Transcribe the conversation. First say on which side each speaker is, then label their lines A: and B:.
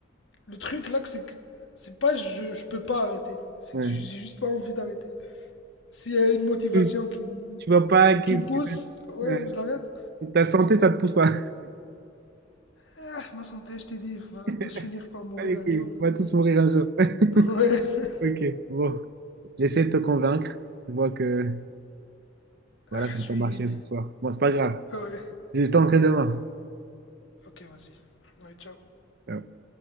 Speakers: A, on the left; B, on the right.
A: Le truc là, que c'est que. C'est pas je, je peux pas arrêter. C'est
B: ouais.
A: que ju- j'ai juste pas envie d'arrêter. S'il y a une motivation
B: Tu,
A: qui, m-
B: tu vois pas qu'est-ce
A: qui me pousse,
B: que ça-
A: ouais,
B: ouais.
A: je l'arrête.
B: Ta santé, ça te pousse pas.
A: Ah, ma santé, je t'ai dit, on va
B: <laughs>
A: tous finir par mourir
B: Allez,
A: un
B: couilles,
A: jour.
B: on va tous mourir un jour. <laughs>
A: Ouais. <laughs>
B: Ok, bon. J'essaie de te convaincre. Je vois que voilà,
A: Ah,
B: ça n'a
A: je
B: pas
A: suis.
B: marché ce soir. Bon, c'est pas grave.
A: Ouais.
B: Je tenterai demain.
A: Ok, vas-y. Ouais, ciao.
B: Ciao.